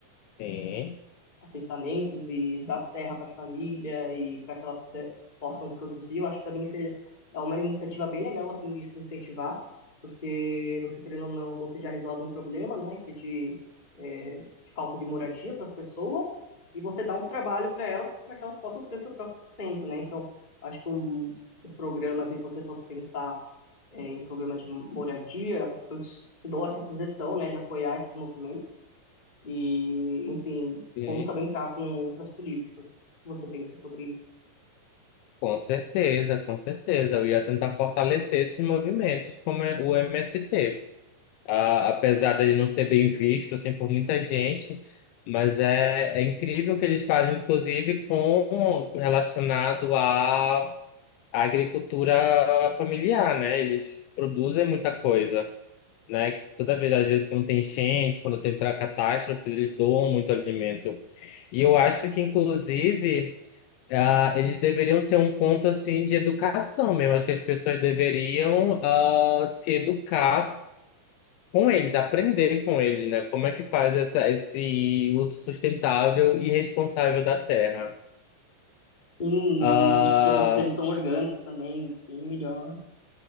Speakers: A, on the left; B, on the left.
A: sim.
B: assentamentos e dar terra para a família e para que elas puder- possam produzir. Eu acho que também seja, é uma iniciativa bem legal assim de se incentivar, porque você querendo ou não, você já resolve um problema, né, que é de é, falta de moradia para as pessoas e você dá um trabalho para elas para que elas possam ter o seu próprio sustento, né? Então, acho que um, um programa, assim, se você fosse pensar é, em programa de moradia, eu te te dou essa sugestão, né, de apoiar esses movimentos e, enfim,
A: Sim,
B: como também tá com outras políticas. O que você pensa sobre isso?
A: com certeza, com certeza. Eu ia tentar fortalecer esses movimentos, como é o MST. A- apesar dele não ser bem visto assim, por muita gente, mas é, é incrível o que eles fazem, inclusive com relacionado à à agricultura familiar, né? Eles produzem muita coisa, né? Que toda vez, às vezes, quando tem enchente, quando tem tra- catástrofes, eles doam muito alimento. E eu acho que, inclusive. Ah, eles deveriam ser um ponto assim de educação mesmo. Acho que as pessoas deveriam ah, se educar com eles, aprender com eles, né? Como é que faz essa, esse uso sustentável e responsável da terra?
B: Sim,
A: Ah,
B: e os produtos deles são orgânicos também, bem melhor.